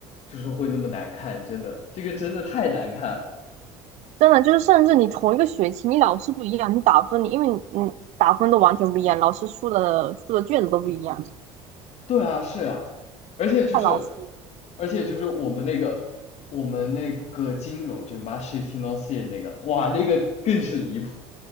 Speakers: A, on the left; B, on the right.
A: 就是会那么难看，真的，这个真的太难看了。
B: 真的就是，甚至你同一个学期，你老师不一样，你打分，你因为你你打分都完全不一样，老师出的出的卷子都不一样。
A: 对啊，是啊，而且就是
B: 看老师，
A: 而且就是我们那个，我们那个金融就是 marché f i n a n c e 那个，哇，那个更是离谱。